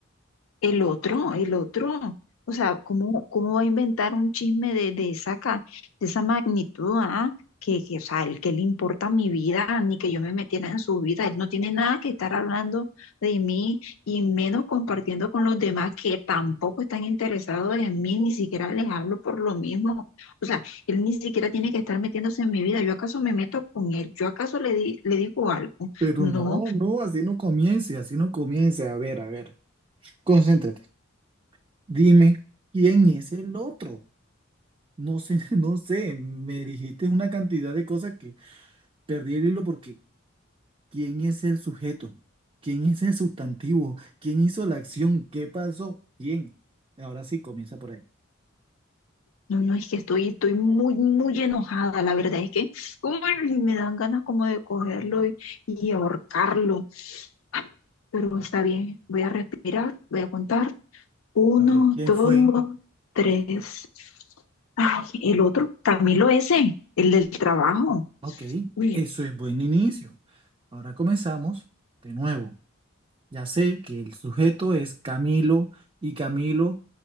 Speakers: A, on the left; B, on the right.
A: El otro, el otro. O sea, ¿cómo, cómo va a inventar un chisme de, de esa, ca- de esa magnitud? ah? Que, que, o sea, el que le importa mi vida, ni que yo me metiera en su vida. Él no tiene nada que estar hablando de mí y menos compartiendo con los demás que tampoco están interesados en mí, ni siquiera les hablo por lo mismo. O sea, él ni siquiera tiene que estar metiéndose en mi vida. ¿Yo acaso me meto con él? ¿Yo acaso le di, le digo algo?
B: Pero
A: No.
B: no, no, así no comience, así no comience. A ver, a ver, concéntrate. Dime, ¿quién es el otro? No sé, <laughs> no sé, me dijiste una cantidad de cosas que perdí el hilo porque ¿quién es el sujeto? ¿Quién es el sustantivo? ¿Quién hizo la acción? ¿Qué pasó? ¿Quién? Ahora sí, comienza por ahí.
A: No, no, es que estoy, estoy muy, muy enojada, la verdad es que uy, me dan ganas como de cogerlo y, y ahorcarlo. Ah, Pero está bien, voy a respirar, voy a contar. Uno,
B: A ver, ¿quién
A: dos,
B: fue?
A: tres. Ay, el otro, Camilo ese, el del trabajo.
B: Ok,
A: Uy,
B: eso es buen inicio. Ahora comenzamos de nuevo. Ya sé que el sujeto es Camilo y Camilo